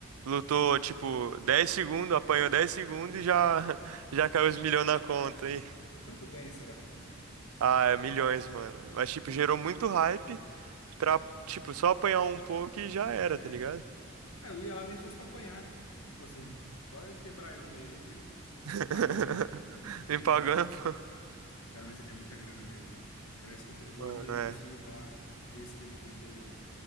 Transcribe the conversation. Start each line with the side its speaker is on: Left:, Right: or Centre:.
Right: Lutou, tipo, 10 segundos, apanhou 10 segundos e já, <laughs> já caiu os milhões na conta, hein?
Left: Quanto ganha, será, cara?
Right: Ah, é milhões, mano. Mas, tipo, gerou muito hype pra, tipo, só apanhar um pouco e já era,
Left: É.
Right: tá ligado?
Left: Ah, eu ia lá nem se fosse pra apanhar. Tipo assim, pode quebrar eu no meio aí, mas
Right: <laughs>
Left: me pagando,
Right: Me
Left: né?
Right: pagando, pô.
Left: Cara, mas é muita grana mesmo, né? Parece que do, do
Right: Mano,
Left: Anderson
Right: é.
Left: Silva lá, desse que ele quebrou